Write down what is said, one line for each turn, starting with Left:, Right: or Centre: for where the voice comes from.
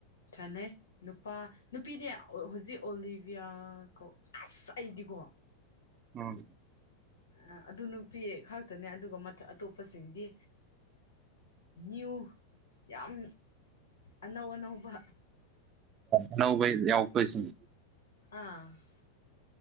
Left: ꯈꯅꯩ ꯅꯨꯄꯥ ꯅꯨꯄꯤꯗꯤ ꯍꯧꯖꯤꯛ ꯑꯣꯂꯤꯕꯤꯌꯥ ꯀꯣ ꯑꯁ ꯑꯩꯗꯤꯀꯣ
Right: ꯎꯝ
Left: ꯑ ꯑꯗꯨ ꯅꯨꯄꯤ ꯈꯇꯅꯦ ꯑꯗꯨꯒ ꯃꯊ ꯑꯇꯣꯞꯄꯁꯤꯡꯗꯤ ꯅ꯭ꯌꯨ ꯌꯥꯝ ꯑꯅꯧ ꯑꯅꯧꯕ
Right: ꯑꯅꯧꯕ ꯌꯥꯎꯔꯛꯄꯁꯤꯡ
Left: <unintelligible>